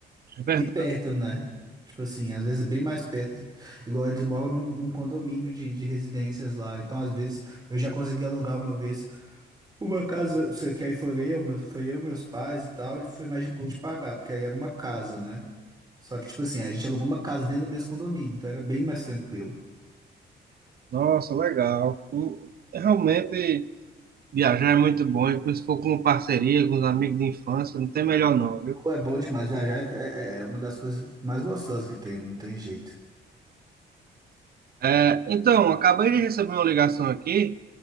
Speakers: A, on the right; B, on the right.
A: é verdade.
B: E perto, né? Tipo assim, às vezes é bem mais perto. Igual eles moram num, num condomínio de, de residências lá. Então, às vezes, eu já consegui alugar uma vez. Uma casa, isso que aí foi eu, meu, foi eu, meus pais e tal, e foi mais de boa de pagar, porque aí era uma casa, né? Só que, tipo assim, a gente alugou uma casa dentro do mesmo condomínio, então era bem mais tranquilo.
A: Nossa, legal. Hum, Realmente viajar é muito bom, e se for com parceria, com os amigos de infância, não tem melhor não, viu?
B: Pô, é bom demais, viajar é, é- é uma das coisas mais gostosas que tem, não tem jeito.
A: É, então, acabei de receber uma ligação aqui,